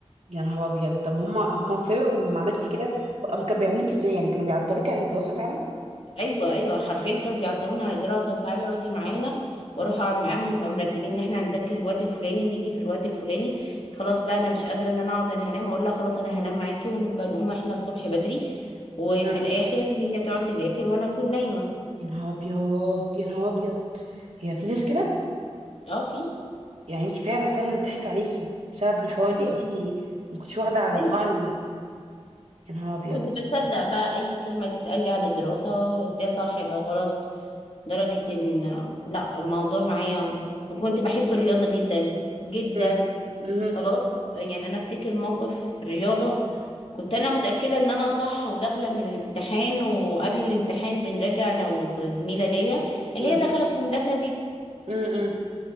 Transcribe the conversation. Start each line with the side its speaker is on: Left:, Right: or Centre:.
Right: يا نهار ابيض طب هم هم فرحوا لما عملتي كده هم كانوا بيعملوك ازاي يعني كانوا بيعطلوكي عن الدراسه فعلا
Left: ايوه ايوه حرفيا كانوا بيعطلوني على دراسه وتعالي اقعدي معانا واروح اقعد معاهم ونبقى مرتبين ان احنا هنذاكر الوقت الفلاني نيجي في الوقت الفلاني خلاص بقى انا مش قادره ان انا اقعد انا هنام اقول لها خلاص انا هنام معاكي ونبقى نقوم احنا الصبح بدري وفي
Right: آه.
Left: الاخر هي تقعد تذاكر وانا اكون نايمه
Right: يا نهار ابيض يا نهار ابيض هي في ناس كده
Left: اه في
Right: يعني انت فعلا فعلا ضحك عليكي بسبب الحوار ان انت
Left: ايوه
Right: ما كنتش واخده على
Left: ايوه
Right: طباع ال... يا نهار ابيض
Left: وكنت بصدق بقى اي كلمة تتقال لي عن الدراسة ده صح ده غلط لدرجة ان لا الموضوع معايا وكنت بحب الرياضة جدا جدا
Right: امم امم
Left: خلاص يعني انا افتكر موقف في الرياضة كنت انا متأكدة ان انا صح وداخلة من الامتحان وقبل الامتحان بنراجع انا وزميلة ليا اللي
Right: امم
Left: هي دخلت هندسة دي
Right: امم